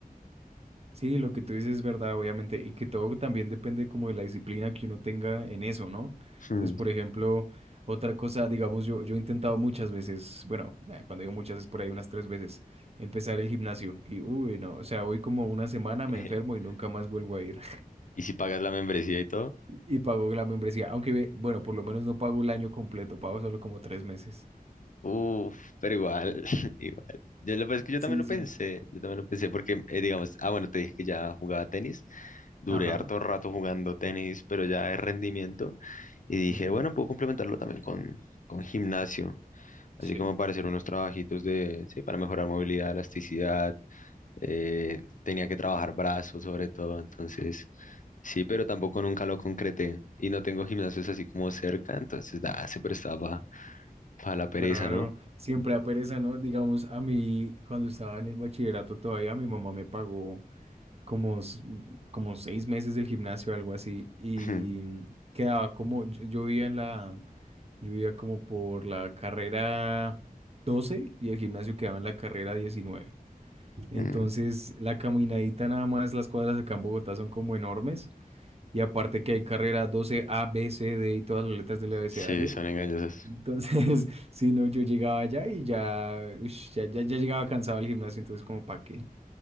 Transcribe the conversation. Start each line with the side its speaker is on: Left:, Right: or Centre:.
Right: Sí, lo que tú dices es verdad, obviamente, y que todo también depende como de la disciplina que uno tenga en eso, ¿no?
Left: Hmm.
Right: Entonces, por ejemplo, otra cosa, digamos, yo, yo he intentado muchas veces, bueno, eh, cuando digo muchas es por ahí unas tres veces, empezar el gimnasio y, uy, no, o sea, voy como una semana,
Left: <laughs>
Right: me enfermo y nunca más vuelvo a ir
Left: Y si pagas la membresía y todo.
Right: <laughs> y pago la membresía, aunque, ve- bueno, por lo menos no pago el año completo, pago solo como tres meses.
Left: Uf, pero igual, <laughs> igual. Yo lo pues, es que yo
Right: Sí,
Left: también lo
Right: sí.
Left: pensé, yo también lo pensé porque, eh, digamos, ah, bueno, te dije que ya jugaba tenis, duré
Right: Ajá.
Left: harto rato jugando tenis, pero ya de rendimiento, y dije,
Right: ujú,
Left: bueno, puedo complementarlo también con, con gimnasio, así
Right: Sí.
Left: como para hacer unos trabajitos de, sí, para mejorar movilidad, elasticidad, eh, tenía que trabajar brazos sobre todo, entonces, sí, pero tampoco nunca lo concreté, y no tengo gimnasios así como cerca, entonces, da se prestaba para la pereza,
Right: Claro,
Left: ¿no?
Right: siempre a pereza, ¿no? Digamos, a mí, cuando estaba en el bachillerato todavía, mi mamá me pagó como, s- como seis meses del gimnasio, algo así, y
Left: <laughs>
Right: mm, quedaba como, yo, yo vivía en la, yo vivía como por la carrera doce y el gimnasio quedaba en la carrera 19. Entonces,
Left: Mm.
Right: la caminadita nada más, las cuadras acá en Bogotá son como enormes, y aparte que hay carrera 12 A, B, C, D y todas las letras del abecedario.
Left: Sí, son engañosas.
Right: Entonces, <laughs> si no, yo llegaba allá y ya, ush, ya, ya, ya llegaba cansado al gimnasio, entonces como para qué.